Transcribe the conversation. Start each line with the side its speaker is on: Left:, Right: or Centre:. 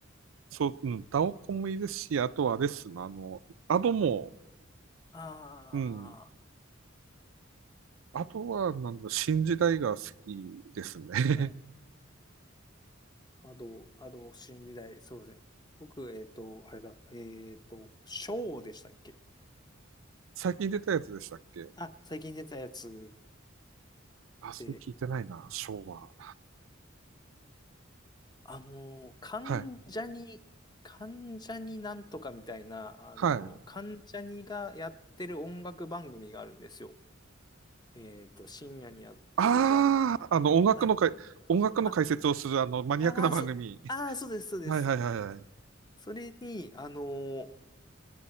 Right: そう、うん、ダオコンもいいですし、あとはあれっすな、あの、アドも、
Left: はい。ああ。
Right: うん、あとは、なんだ、新時代が好きですね。
Left: はい。アド、アド、新時代、そうですね。僕、えっと、あれだ、えっと、ショーでしたっけ
Right: <laughs> 最近出たやつでしたっけ
Left: あ、最近出たやつ
Right: あ、それ聞いてないな、
Left: で、
Right: 昭和。
Left: あのー、関ジャニ、
Right: はい。
Left: 関ジャニなんとかみたいな、あのー、
Right: はい。
Left: 関ジャニがやってる音楽番組があるんですよ。えっと、深夜にやってる番組で。
Right: ああ、あの、音楽のかい、
Left: はい。
Right: 音楽の解説をする、
Left: あ、
Right: あの、マニアックな番組。
Left: あー、そう、あー、そうです、そうです。
Right: はいはいはいはい。
Left: それに、あのー、